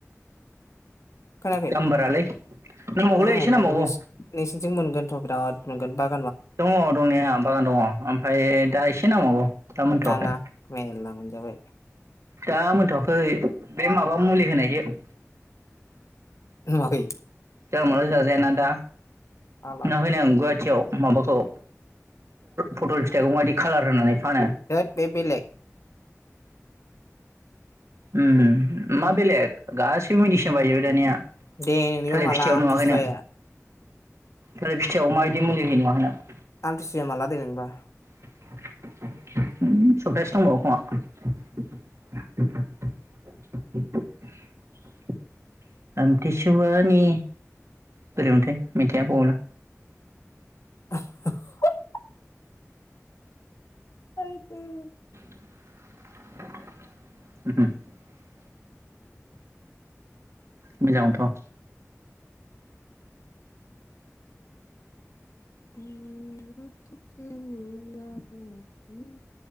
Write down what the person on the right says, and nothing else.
गाम्बारालै नांबावगौलै
एसे
नांबावगौ
दङ दंनाया बागान दङ ओमफ्राय दा एसे नांबावगौ दा मोनथवाखै
दा मोनथवाखै बे माबा मुलि होनायसो
जानला मानला जाजाया ना‌ दा।
<inaudible> <inaudible> माबाखौ फटल फिथाइखौ बायदि कालार होनानै। फानो
ओम मा बेलेग गासैबो मेडिसिना बारिजोबो दानिया।
थालिर
फिथाइयाव
नुवाखै नों थालिर फिथाइआव माबायदि मुलि होयो नुवाखै नों
<unintelligible> आमथिसुवानि बोरैमोनथाय मेथाइआ बावबायलां।
<inaudible> मोजांमोनथ <inaudible>